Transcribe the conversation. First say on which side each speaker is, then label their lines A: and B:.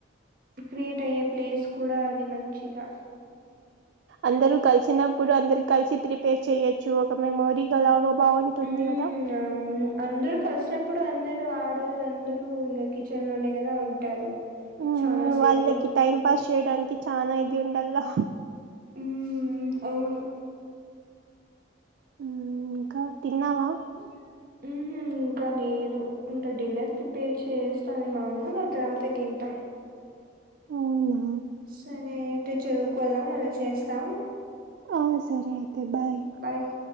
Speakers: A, on the right (about 50°); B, on the right (about 70°).
A: క్రియేట్ అయ్యే ప్లేస్ కూడా అది మంచిగా
B: అందరు కలిసినప్పుడు అందరు కలిసి ప్రిపేర్ చెయొచ్చు ఒక మెమోరీ ఎలాగో బాగుంటుంది
A: హ్మ్.
B: గదా
A: అవును అందరు కలిసినప్పుడు అందరు ఆడోళ్ళు అందరు ఇంగా కిచెన్ లోనే గదా ఉంటారు
B: ఉ
A: చాలా సేపు.
B: వాళ్ళకి టైం పాస్ చేయడానికి చానా ఇది ఉండలా
A: ఉమ్ అవును
B: మ్ ఇంకా తిన్నావా
A: చేయ్యాలి ఉహు ఇంకా నేను ఇగా డిన్నర్ ప్రిపేర్ చేస్తాది మా అమ్మ దాని తర్వాత తింటా
B: అవునా
A: సరే అయితే చదువుకోల మళ్ళా చేస్తాం
B: అ సరే అయితే బాయ్
A: బాయ్